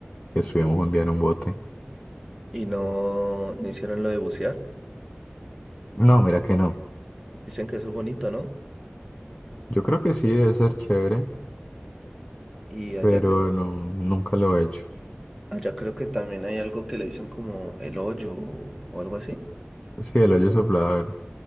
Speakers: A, on the left; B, in the centre.
A: estuvimos un día en un bote.
B: y no, no hicieron lo de bucear.
A: No, mira que no.
B: Dicen que eso es bonito, ¿no?
A: Yo creo que sí debe ser chévere,
B: Y allá,
A: pero
B: cre-
A: no, nunca lo he hecho.
B: allá creo que también hay algo que le dicen como el hoyo o, o algo así.
A: Sí, el hoyo soplador,